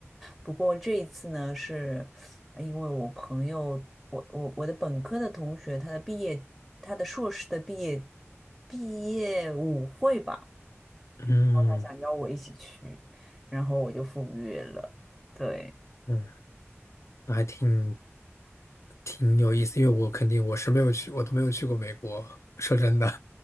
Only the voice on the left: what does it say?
嗯
嗯，那还挺挺有意思，因为我肯定我是没有去，我都没有去过美国。说真的，